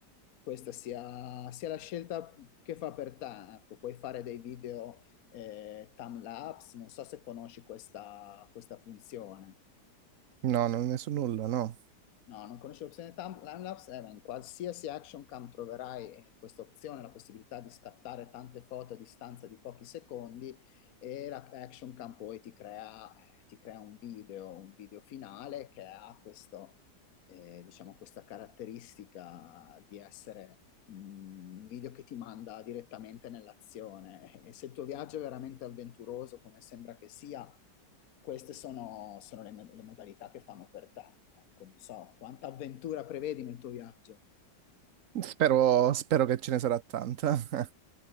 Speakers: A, on the left (about 60°); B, on the right (about 60°).
A: questa sia, sia la scelta che fa per te, ecco, puoi fare dei video eh, timelapse, non so se conosci questa, questa funzione.
B: No, non ne so nulla, no.
A: No, non conosci l'opzione tam- timelapse? Eh, beh, in qualsiasi action cam troverai eh, questa opzione, la possibilità di scattare tante foto a distanza di pochi secondi e la action cam poi ti crea, eh, ti crea un video, un video finale che ha questo, eh, diciamo, questa caratteristica di essere mm, un video che ti manda direttamente nell'azione. E se il tuo viaggio è veramente avventuroso, come sembra che sia, queste sono, sono le, le modalità che fanno per te. Ecco, non so quanta avventura prevedi nel tuo viaggio.
B: Spero, spero che ce ne sarà tanta. <laughs>